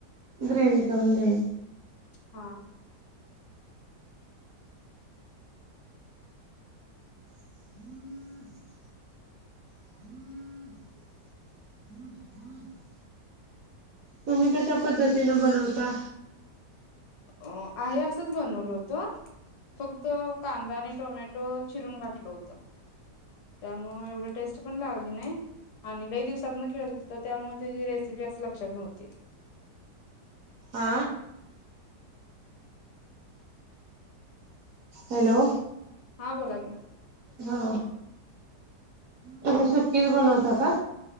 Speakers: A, on the right; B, on the left.
A: ग्रेवी करून द्याय
B: हा.
A: <inaudible> <inaudible> <inaudible> तुम्ही कश्या पद्धतीन बनवता?
B: अ आहे असंच बनवलं होतं, फक्त कांदा आणि टोमॅटो चिरून घातलं होतं. त्यामुळ एवढी टेस्ट पण लागली नाही, आणि लई दिवसात न केल तर त्यामुळे त्यजी रेसिपी असं लक्षात नव्हती.
A: आ. हॅलो.
B: हा बोला की.
A: हा, तुम्ही सुकीच बनवता का?